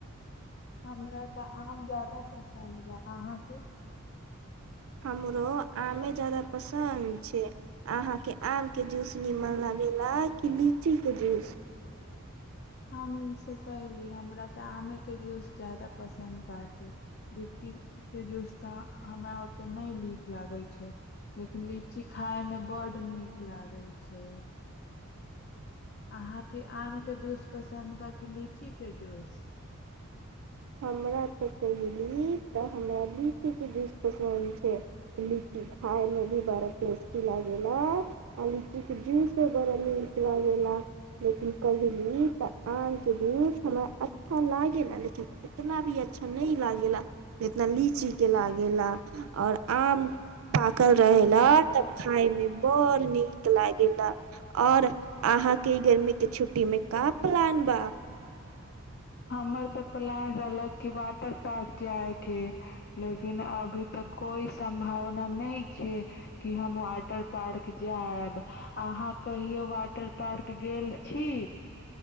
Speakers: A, on the left; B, on the right.
A: हमरा तऽ आम जादा पसन्द बा अहाँके
B: हमरो आमे जादा पसन्द छै अहाँके आमके जूस नीमन लागैए कि लीचीके जूस
A: आ मी से कहली हमरा तऽ आमेके जूस जादा पसन्द बाटे लीचीके जूस तऽ हमरा ओतेक नहि नीक लागै छै लेकिन लीची खाायमे बड्ड नीक लागै छै अहाँके आमके जूस पसन्द बाकी लीचीके जूस
B: हमरा तऽ कहियो ली तऽ हमरा लीची के जूस पसन्द छै लीची खाइमे भी बड़ा टेस्टी लागा आ लीचीके जूसो बड़ा नीक लगेला लेकिन कहली तऽ आमके जूस हमरा अच्छा लागा लेकिन इतना भी अच्छा न लागेेला जेतना लीची के लागेला और आम पाकल रहे ला तब खाय मे बड़ नीक लाग गेला और अहाँके ई गर्मी के छुट्टी में कप पलान बा
A: हमर तऽ पलान रहलक क वाटर पार्क जायके लेकिन अभी तक कोई संभावना नहि छै कि हम वाट टर पार्क जाएब अहाँ कहियो वाटर पार्क गेल छी